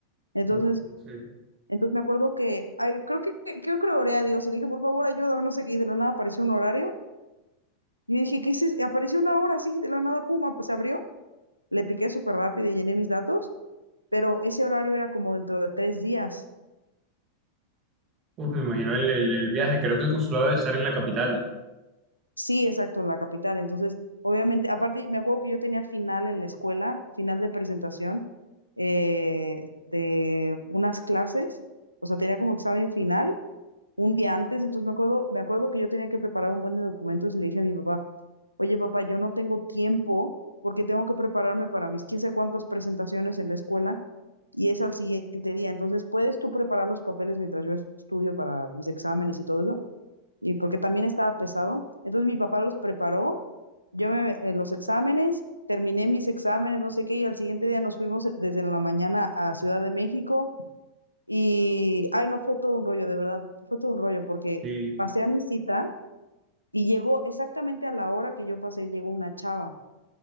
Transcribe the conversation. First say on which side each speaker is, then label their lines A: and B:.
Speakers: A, on the right; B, on the right.
A: Entonces,
B: Uf, no sé.
A: entonces me acuerdo que, ay, creo que, que- creo que le oré a Dios y le dije, por favor, ayúdame, no sé qué, y de la nada apareció un horario, y yo dije, ¿qué es eso? Apareció una hora así, de la nada, puma, pues se abrió, le piqué súper rápido y llené mis datos, pero ese horario era como dentro de tres días.
B: Uf, me imagino el, el- el viaje. Creo que el consulado debe estar en la capital, ¿no?
A: Sí, exacto, en la capital. Entonces, obviamente, aparte, me acuerdo que yo tenía final en la escuela, final de presentación eh, de unas clases, o sea, tenía como examen final un día antes, entonces me acuerdo, me acuerdo que yo tenía que preparar un buen de documentos y le dije a mi papá, oye papá, yo no tengo tiempo porque tengo que prepararme para mis quién sabe cuántas presentaciones en la escuela y es al siguiente día, entonces, ¿puedes tú preparar los papeles mientras yo estudio para mis exámenes y todo eso? y porque también estaba pesado. Entonces mi papá los preparó, yo me en los exámenes, terminé mis exámenes, no sé qué, y al siguiente día nos fuimos eh, desde la mañana a Ciudad de México y, ay, no, fue todo un rollo, de verdad, fue todo un rollo porque
B: Sí.
A: pasé a mi cita y llegó exactamente a la hora que yo pasé, llegó una chava